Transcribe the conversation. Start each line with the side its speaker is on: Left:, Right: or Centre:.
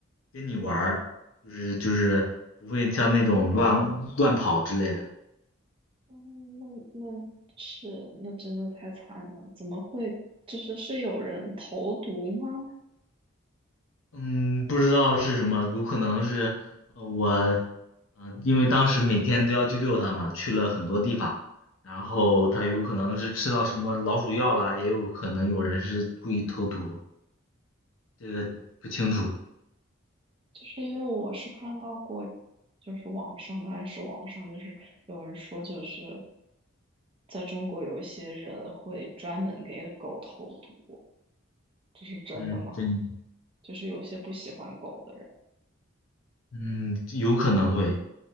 Left: 跟你玩儿，就是就是不会像那种乱乱跑之类的。
Right: 哦，那那是那真的太惨了，怎么会？就是是有人投毒吗？
Left: 嗯，不知道是什么，有可能是呃我，嗯，因为当时每天都要去遛它嘛，去了很多地方，然后它有可能是吃到什么老鼠药了，也有可能有人是故意投毒，这个不清楚。
Right: 就是因为我是看到过，就是网上，当然是网上，就是有人说，就是在中国有一些人会专门给狗投毒，这是真的吗？
Left: 嗯，真。
Right: 就是有些不喜欢狗的人，
Left: 嗯有可能会，